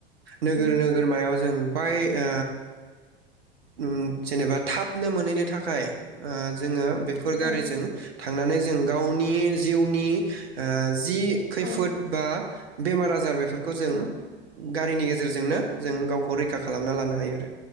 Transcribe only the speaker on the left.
उम
औ
औ
औ
औ उम